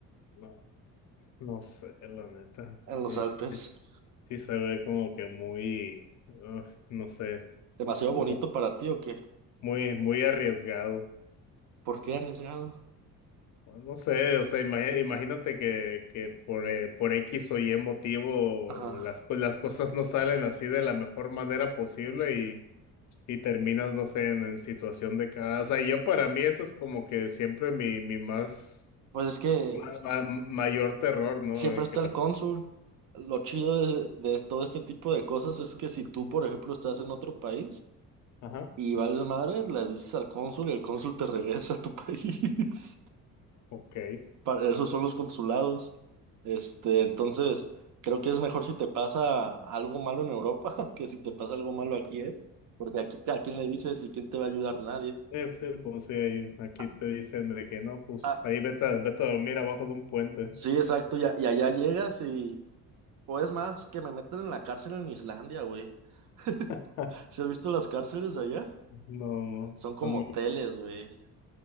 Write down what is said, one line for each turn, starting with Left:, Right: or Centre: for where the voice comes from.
Left: no, no sé, la neta.
Right: en los
Left: sí
Right: Alpes.
Left: Sí, Sí se ve como que muy, ugh, no sé,
Right: ¿Demasiado bonito
Left: mu-
Right: para ti o qué?
Left: muy, muy arriesgado.
Right: ¿Por qué arriesgado?
Left: Bueno, No sé, o sea, imagi- imagínate que, que por, eh, por X o Y motivo
Right: Ajá.
Left: las, co- las cosas no salen así de la mejor manera posible y, y terminas, no sé, en, en situación de cada... O sea, yo para mí eso es como que siempre mi, mi más,
Right: Pues es que
Left: ma-
Right: s-
Left: ma- mayor terror, ¿no?
Right: siempre
Left: De
Right: está
Left: que la-
Right: el cónsul. Lo chido de, de todo este tipo de cosas es que si tú, por ejemplo, estás en otro país
Left: Ajá,
Right: y vales madre, le dices al cónsul y el cónsul te regresa a tu <laughs> país.
Left: ok.
Right: pa- esos son los consulados. Este, entonces, creo que es mejor si te pasa algo malo en Europa <laughs> que si te pasa algo malo aquí, ¿eh? Porque aquí, ¿a quién le dices y quién te va a ayudar? Nadie.
Left: Sí, pues sí, pues sí, ahí, aquí
Right: Ah,
Left: te dicen de que no, pues
Right: ah,
Left: ahí vete, a- vete a dormir abajo de un puente.
Right: sí, exacto, y, a- y allá llegas y, o es más, que me meten en la cárcel en Islandia, güey. <laughs>
Left: <laughs>
Right: ¿Se has visto las cárceles allá?
Left: No, no,
Right: Son
Left: son
Right: como
Left: muy-
Right: hoteles, güey.